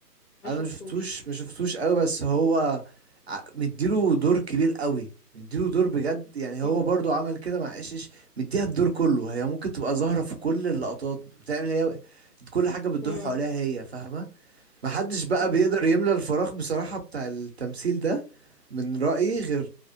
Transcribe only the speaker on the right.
انا
مشفتوش مشفتوش قوي بس هو ع- مديله دور كبير قوي مديله دور بجد يعني
هو برضو عمل كده مع ايش ايش مديها الدور كله هي ممكن تبقى ظاهرة في كل اللقطات بتعمل هي كل حاجة بتدور
حواليها هي فاهمة محدش بقى
بيقدر يملى الفراغ بصراحة بتاع التمثيل ده من رأيي غير